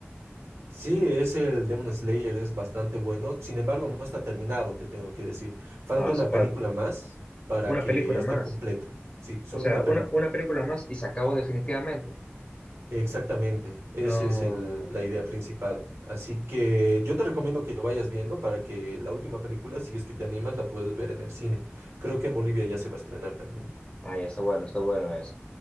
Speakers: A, on the right; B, on the left.
A: Sí, es el Demon Slayer, es bastante bueno. Sin embargo, no está terminado, te tengo que decir. Falta
B: Ah, o
A: una
B: sea, fal-
A: película más para
B: una
A: que
B: película
A: esté
B: más.
A: completo. Sí, solo
B: O sea,
A: una película.
B: una, una película más y se acabó definitivamente.
A: Exactamente, esa
B: No.
A: es el- la idea principal. Así que yo te recomiendo que lo vayas viendo para que la última película, si es que te animas, la puedas ver en el cine. Creo que en Bolivia ya se va a estrenar también.
B: Ay, está bueno, está bueno eso.